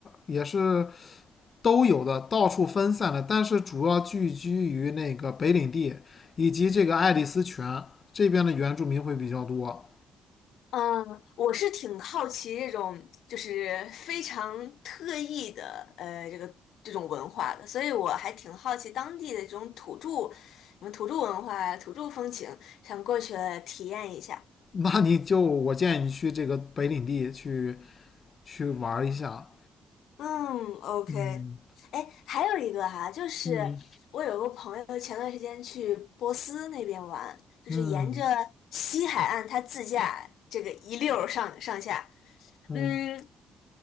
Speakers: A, on the left (about 45°); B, on the left (about 75°).
A: 也是都有的，到处分散的，但是主要聚居于那个北领地以及这个爱丽丝泉这边的原住民会比较多。
B: 嗯，我是挺好奇这种就是非常特异的呃这个这种文化的，所以我还挺好奇当地的这种土著，什么土著文化、呀、土著风情，想过去体验一下。
A: 那你就我建议你去这个北领地去去玩一下。
B: 嗯，OK。
A: 嗯
B: 哎，还有一个哈，就是
A: 嗯
B: 我有个朋友前段时间去波斯那边玩，就是沿着西海岸他自驾这个一溜儿上上下。
A: 嗯嗯。
B: 嗯，